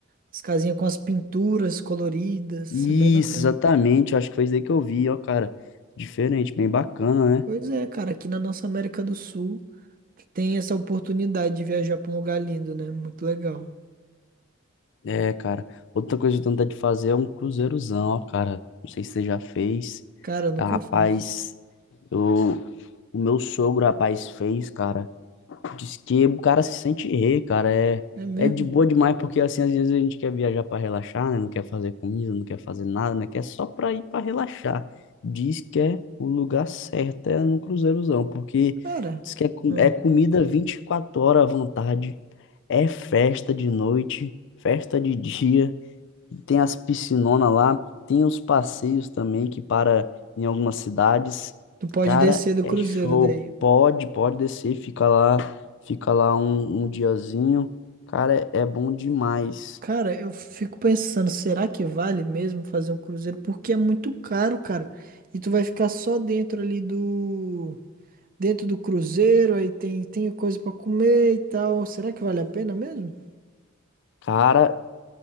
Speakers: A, on the right; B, on the left.
A: as casinhas com as pinturas coloridas,
B: Isso,
A: é bem bacana.
B: exatamente. eu Acho que foi isso daí que eu vi, ó, cara. Diferente, bem bacana, né?
A: Pois é, cara, aqui na nossa América do Sul tem essa oportunidade de viajar pra um lugar lindo, né? Muito legal.
B: É, cara. Outra coisa que eu tenho vontade de fazer é um cruzeirozão, ó, cara. Não sei se você já fez.
A: Cara, eu nunca
B: Ah, rapaz,
A: fiz.
B: eu, o meu sogro, rapaz, fez, cara. Diz que o cara se sente rei, cara. É,
A: É mesmo?
B: é de boa demais, porque assim, às vezes a gente quer viajar para relaxar, né? Não quer fazer comida, não quer fazer nada, né? Quer só pra ir para relaxar. Diz que é o lugar certo, é no Cruzeirozão, porque
A: Cara,
B: diz que é, com-
A: hum,
B: é comida 24 horas à vontade, é festa de noite, festa de dia. Tem as piscinonas lá, tem os passeios também que para em algumas cidades.
A: tu pode
B: Cara,
A: descer do
B: é
A: cruzeiro
B: show.
A: daí.
B: Pode, pode descer, fica lá, fica lá um, um diazinho. Cara, é, é bom demais.
A: Cara, eu fico pensando, será que vale mesmo fazer um cruzeiro? Porque é muito caro, cara. E tu vai ficar só dentro ali do... Dentro do cruzeiro, aí tem, tem coisa pra comer e tal. Será que vale a pena mesmo?
B: Cara,